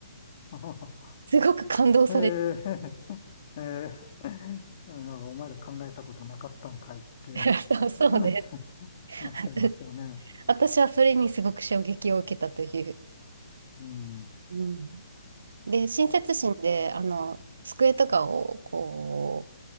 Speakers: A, on the left; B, on the right.
A: <laughs> あはは
B: すごく感動されて、
A: ええええ <laughs> なんかお前ら考えたことなかったんかいって
B: <laughs> そうそうで、
A: <laughs> なっちゃ、
B: <laughs>
A: なっちゃいますよね。
B: 私はそれにすごく衝撃を受けたという。
A: うん、うん
B: うんで、親切心で、あの、机とかを、こ